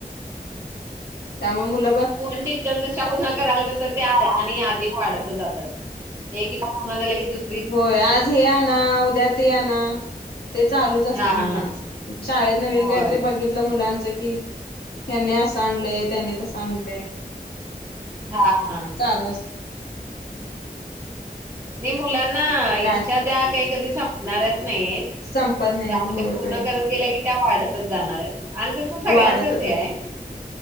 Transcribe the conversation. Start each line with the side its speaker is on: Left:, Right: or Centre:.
Left: त्यामुळ म मुल
Right: मुलींचे विचार कशा <unintelligible> कराला जाशाल आणि अधिक वाढत जात. एक पूर्ण झालं की दुस
Left: होय, आज हे आणा, उद्या ते आणा. ते चालूच असतय
Right: हा
Left: मुलांच.
Right: हा
Left: शाळेत नवीन
Right: होय.
Left: काहीतरी बघित ल मुलांच की, ह्यानी असं आणलंय त्यानी तसं आणलंय.
Right: हाअं.
Left: चालू असत
Right: नाही मुलांना
Left: काय
Right: इच्छा त्या काही कधी संपणारच नाहीयेत.
Left: संपत नाही
Right: त्यामूळ
Left: होय
Right: ते पूर्ण करत गेल्या की त्या वाढतच जाणार आहेत. आण तस सगळ्यांचच
Left: वाढतच
Right: हे
Left: जात
Right: आहे.